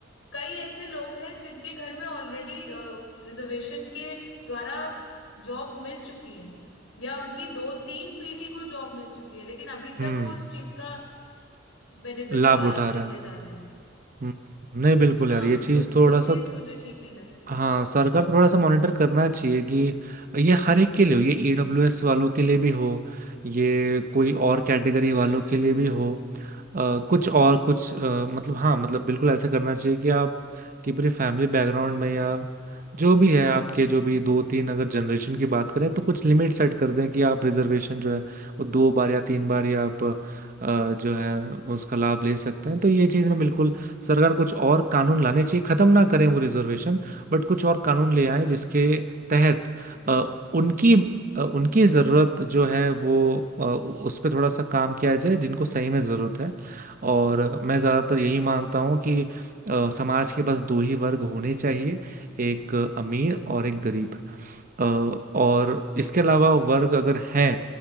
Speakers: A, on the left (about 85°); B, on the right (about 45°).
A: कई ऐसे लोग हैं जिनके घर में ऑलरेडी रिजर्वेशन के द्वारा जॉब मिल चुकी है या उनकी दो तीन पीढ़ी को जॉब मिल चुकी है लेकिन अभी
B: हम्म
A: तक वो उस चीज का बेनिफिट
B: लाभ
A: और लाभ
B: उठा
A: लेते
B: रहे हैं
A: जा रहे हैं बस
B: हम्म, नहीं बिल्कुल
A: हाँ
B: यार ये चीज
A: तो वो
B: थोड़ा
A: चीज
B: सा
A: मुझे ठीक नहीं लगती
B: हाँ सरकार को थोड़ा सा मॉनिटर करना चाहिए कि ये हर एक के लिए हो ये ईडब्ल्यूएस वालों के लिए भी हो ये कोई और कैटेगरी
A: हम्म
B: वालों के
A: हम्म
B: लिए
A: हम्म
B: भी हो अ, कुछ और कुछ अ, मतलब हाँ मतलब बिल्कुल ऐसा करना चाहिए कि आप कि पूरे फैमिली बैकग्राउंड में या जो भी है आपके जो भी दो तीन अगर जनरेशन की बात करें तो कुछ लिमिट सेट कर दें कि आप रिजर्वेशन जो है वो दो बार या तीन बार या आप अ, जो है उसका लाभ ले सकते हैं तो ये चीज़ में बिल्कुल सरकार कुछ और कानून लाने चाहिए खत्म ना करें वो रिजर्वेशन बट कुछ और कानून ले आए जिसके तहत
A: हम्म
B: अ, उनकी अ, उनकी ज़रूरत जो है वो अ, उस पर थोड़ा सा काम किया जाए जिनको सही में ज़रूरत है और मैं ज़्यादातर यही मानता हूँ कि अ, समाज के बस दो ही वर्ग होने चाहिए एक अमीर और एक गरीब अ, और इसके अलावा वर्ग अगर हैं